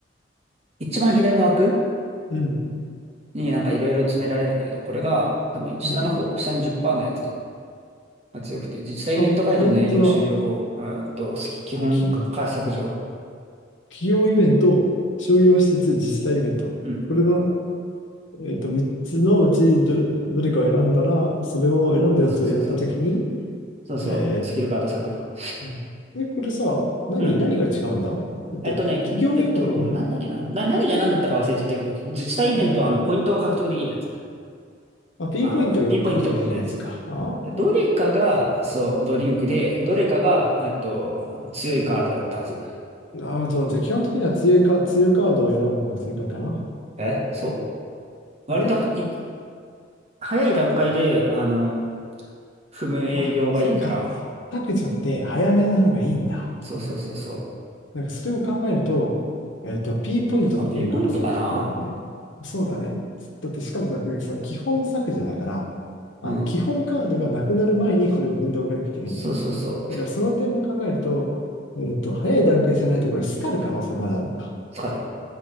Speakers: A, on the right; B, on the left.
A: 一番左の枠
B: うん。
A: になんかいろいろ詰められるんだけど、これが多分下の方、
B: うん。
A: 下の10%のやつが強くて、自治体イベント会場の営業終了後、
B: あ、本当だ。
A: えーっと、スキ基本から削除。
B: き、企業イベント、商業施設、自治体イベント。
A: うん。
B: これが、えっと、3つのうちど、どれかを選んだら、それを選んだやつをやったときに、
A: そうそうそうそう。そうそう。
B: え
A: スキルカード削除。
B: うんで、これさ、何、
A: うん。
B: 何が違うんだだって、
A: えっとね、
B: 企業イベント、
A: えっと、
B: うん
A: なんだっけな。な、何が何だったか忘れちゃったけど、自治体イベントはあの、
B: うん、
A: ポイントが獲得できるやつ。
B: あ、P
A: あの、
B: ポイントが獲得できるやつか。
A: ピンポイントのやつ。
B: あ
A: どれかが、そう、ドリンクで、どれかが、えっと、強いカードだったはず。
B: ーなるほど。じゃあ、基本的には強いか、強いカードを選ぶのが正解かな。
A: え、そう割とはい
B: あれ
A: 早い段階で、あの、不分営業がいいから、
B: あ、そうか。削除って早めの方がいいんだ。
A: そうそうそうそう。
B: なんかそれを考えると、えっと、P ポイントっていう可能性が結構あるね。
A: まあ、B ポイントかな。
B: そうだね。だってしかもさ、これさ、基本削除だから、あの、
A: うん。
B: 基本カードがなくなる前にこれを踏んでおかなきゃいけないのね。
A: そうそうそう。
B: だからその点も考えると、えっと、早い段階じゃないとこれ、スカる可能性まであるのか。
A: 使る。